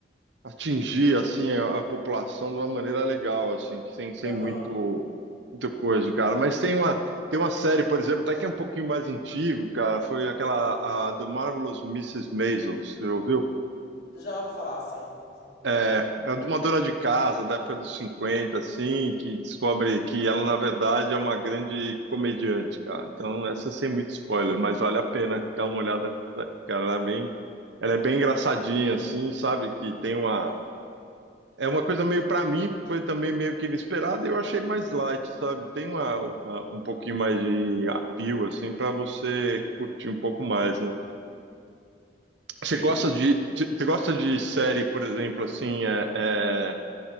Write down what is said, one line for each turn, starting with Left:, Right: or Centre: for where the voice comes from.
Right: atingir assim a, a população de uma maneira legal, assim, que sem, sem
Left: aham.
Right: muito, muito coisa, cara. Mas tem uma, tem uma série, por exemplo, até que é um pouquinho mais antigo, cara, foi aquela a, The Marvelous Mrs. Maisel, você ouviu?
Left: Já ouvi falar, sim, sim.
Right: É, é de uma dona de casa da época dos 50, assim, que descobre que ela, na verdade, é uma grande comediante, cara. Então, essa sem muito spoiler, mas vale a pena dar uma olhada, nisso daí, cara. Ela é bem, ela é bem engraçadinha, assim, sabe? Que tem uma.
Left: Então,
Right: É uma coisa meio, pra mim, foi também meio que inesperada e eu achei mais light, sabe? Tem uma, uma- um pouquinho mais de appeal, assim, pra você curtir um pouco mais, né?
Left: Sim,
Right: Você gosta
Left: sim.
Right: de, você gosta de série, por exemplo, assim, é... é,